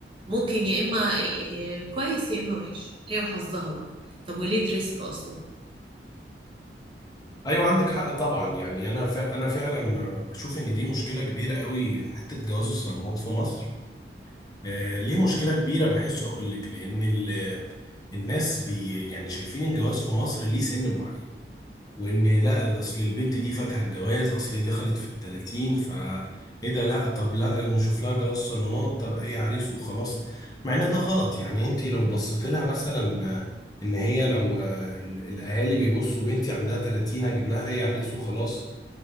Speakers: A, on the right; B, on the left.
A: ممكن يا إما ي- كويس يا إما وحش هي وحظها بقى طب وليه تريسك أصلا
B: ايوه عندك حق طبعا يعني انا ف... انا فعلا بشوف ان دي مشكله كبيره قوي حته جواز الصالونات في مصر آه، ليه مشكلة كبيرة بحسه أقول لك لأن ال- الناس بي يعني شايفين الجواز في مصر ليه سن معين وإن لا ده أصل البنت دي فاتها الجواز أصل دخلت في التلاتين فا إيه ده لا طب لا نشوف لها جواز صالونات طب أي عريس وخلاص مع إن ده غلط يعني أنت لو بصيت لها مثلا آه، إن هي لو آه، ال- الأهالي بيبصوا بنتي عندها تلاتين هجيب لها أي عريس وخلاص